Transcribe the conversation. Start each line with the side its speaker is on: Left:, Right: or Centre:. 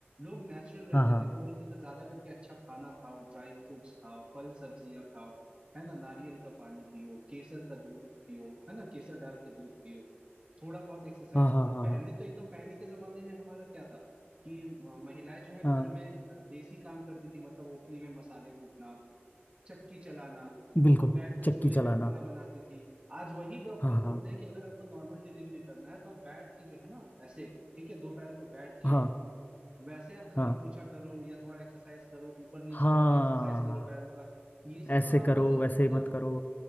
Right: लोग नेचुरल रहते
Left: हाँ हाँ
Right: थे वो बोलते थे ज्यादा करके अच्छा खाना खाओ ड्राई फ्रूट्स खाओ फल सब्जियां खाओ है ना नारियल का पानी पियो केसर का दूध पियो है ना केसर डाल के दूध पियो थोड़ा बहुत एक्सरसाइज
Left: हाँ
Right: करो
Left: हाँ हाँ हाँ
Right: पहले
Left: हाँ
Right: तो एकदम पहले के जमाने में हमारा क्या था कि अ, महिलाएं जो है घर
Left: हाँ,
Right: में अ, देसी काम करती थी मतलब ओखली में मसाले कूटना चक्की चलाना तो
Left: बिल्कुल
Right: वो बैठ के चूल्हे
Left: चक्की चलाना
Right: पे खाना बनाती थी आज वही डॉक्टर
Left: हाँ
Right: बोलते
Left: हाँ
Right: हैं कि अगर आपको नॉर्मल डिलीवरी करना है तो आप बैठ के जो है ना ऐसे ठीक है दो पैरों पे बैठ के
Left: हाँ
Right: वैसे आप घर
Left: हाँ
Right: पोछा करो या थोड़ा एक्सरसाइज करो ऊपर नीचे
Left: हाँ
Right: वाला एक्सरसाइज करो पैरों का ये सब
Left: ऐसे
Right: तो हमारे
Left: करो वैसे
Right: मतलब
Left: मत करो